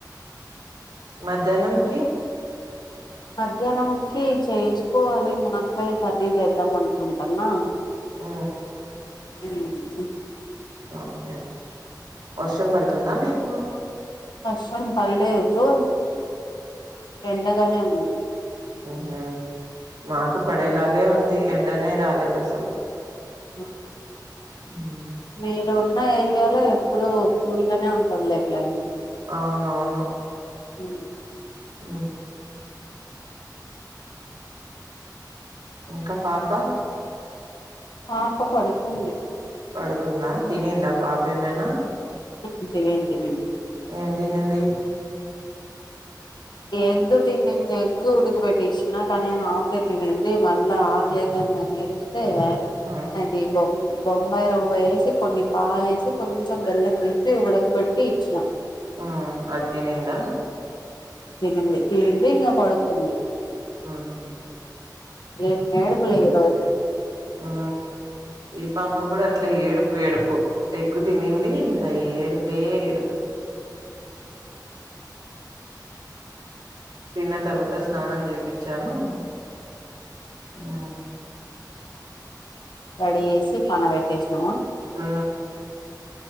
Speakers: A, on the right (about 70°); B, on the left (about 75°).
A: మధ్యాహ్నంకి
B: మధ్యాహ్నంకి చేసుకోవాలి మునక్కాయ్ కర్రీ చేద్దాం అనుకుంటాన్నా
A: ఊ
B: ఉహు
A: ఓకే వర్షం పడుతుందా మీకు
B: వర్షం పల్లేదు ఎండగానే ఉంది
A: ఉహూ మాకు పడేలాగే ఉంది ఎండనే రాలేద్ అసలు
B: ఆ
A: హ్మ్
B: మీరు ఉన్న ఏరియాలో ఎప్పుడు కూల్గానే ఉంటదిలే క్లైమేట్
A: అవునవును
B: ఉ
A: ఊ ఇంకా పాప
B: పాప పడుకుంది
A: పడుకుందా తినిందా పాప ఏమైనా
B: ఉ తినింది తినింది
A: ఏం తినింది
B: ఎగ్ తినింది ఎగ్ ఉడుక పెట్టిచ్చిన కానీ హాఫే తినింది మళ్ళా ఆఫ్ వందనీ ఏడుస్తే
A: ఆ
B: అది బొమ్ బొంబాయి రవ్వ వేసి కొన్ని పాలేసి కొంచెం బెల్లం కలిపి ఉడకబెట్టి ఇచ్చినా
A: ఆ అది తినిందా
B: తినింది తినింది ఇంకా పడుకుంది
A: ఆహా
B: ఏం ఏడ్పులే ఈరోజు
A: ఉ ఈ పాప కూడా అట్లే ఏడుపు ఏడుపు ఎగ్గు తినింది ఇంకా ఏడుపే ఏడుపు తిన్న తర్వాత స్నానం చేపించాను ఉ
B: రెడీ చేేసి పండ పెట్టేసినావా
A: ఆ